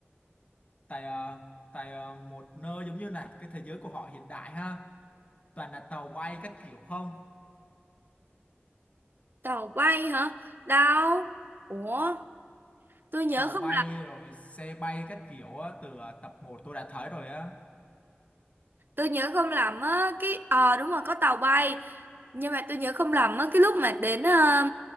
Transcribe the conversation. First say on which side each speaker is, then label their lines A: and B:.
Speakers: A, on the left (about 30°); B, on the right (about 50°).
A: tại ờ, tại ờ, một nơi giống như là cái thế giới của họ hiện đại ha toàn là tàu bay các kiểu không
B: tàu bay hả đâu ủa tôi nhớ
A: tàu
B: không
A: bay rồi xe bay các kiểu á, từ ờ, tập một tôi đã thấy rồi á
B: tôi nhớ không lầm á cái ờ đúng rồi có tàu bay nhưng mà tôi nhớ không lầm á cái lúc mà đến ờ,